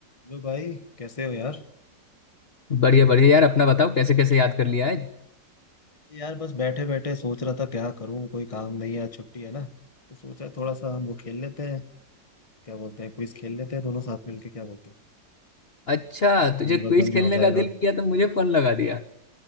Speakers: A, on the left (about 20°); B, on the left (about 40°).
A: Hello भाई कैसे हो यार
B: बढ़िया बढ़िया यार अपना बताओ कैसे कैसे याद कर लिया आज
A: यार बस बैठे बैठे सोच रहा था क्या करूं कोई काम नहीं है आज छुट्टी है ना तो सोचा थोड़ा सा हम वो खेल लेते हैं क्या बोलते हैं क्विज खेल लेते हैं दोनों साथ मिलके क्या बोलते हैं
B: अच्छा तुझे
A: ज्ञान
B: क्विज
A: वर्धन भी
B: खेलने
A: हो जाएगा
B: का दिल किया तो मुझे फोन लगा दिया